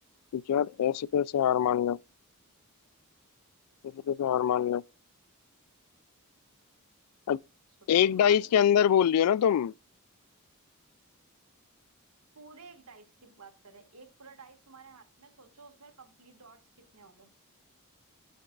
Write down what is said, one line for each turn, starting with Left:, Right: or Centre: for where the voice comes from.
Left: यार ऐसे कैसे हार मान लो ऐसे कैसे हार मान लो अब
Right: सोचो
Left: एक डाइस
Right: मान लो
Left: के अंदर बोल रही हो ना तुम
Right: पूरे एक डाइस की बात करें एक पूरा डाइस तुम्हारे हाथ में सोचो उसमें कंप्लीट डॉट्स कितने होंगे